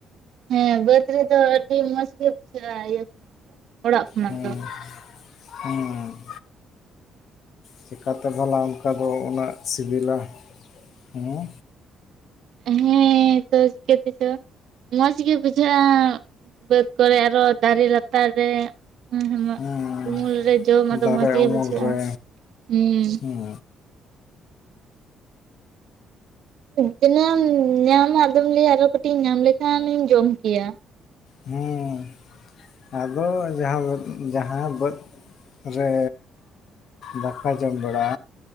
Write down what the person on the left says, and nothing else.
ᱦᱮᱸ
ᱦᱩᱸ ᱪᱤᱠᱟᱛᱮ ᱵᱷᱟᱞᱟ ᱚᱱᱠᱟ ᱫᱚ ᱩᱱᱟᱹᱜ ᱥᱤᱵᱤᱞᱟ ᱦᱩᱸ
ᱦᱮᱸ
ᱫᱟᱨᱮ
ᱩᱢᱩᱞ
ᱨᱮ
ᱦᱮᱸ
ᱦᱮᱸ ᱟᱫᱚ ᱡᱟᱦᱟᱸ ᱵᱟᱹᱫᱽ ᱡᱟᱦᱟᱸ ᱵᱟᱹᱫᱽ ᱨᱮ ᱫᱟᱠᱟ ᱡᱚᱢ ᱵᱟᱲᱟ᱾